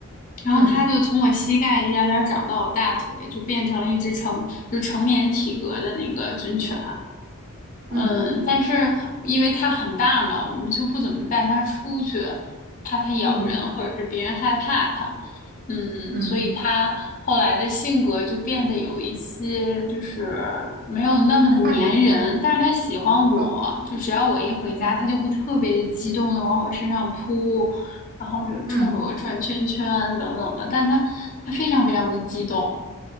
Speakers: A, on the left; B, on the right.
A: 然后它就从我膝盖一点儿点儿长到我大腿，
B: 嗯
A: 就变成了一只成就是成年体格的那个军犬。嗯，
B: 嗯
A: 但是因为它很大嘛，我们就不怎么带它出去，怕它咬人或者是别人害怕它。
B: 嗯
A: 嗯，
B: 嗯，
A: 所以它后来的性格就变得有一些就是没有那么的粘人，
B: 怕人吗？
A: 但是它喜欢我，
B: 哦
A: 就只要我一回家，
B: 哦
A: 它就会特别激动的往我身上扑，然后就是冲着我转圈圈啊等等的，
B: 嗯
A: 但他他非常非常的激动，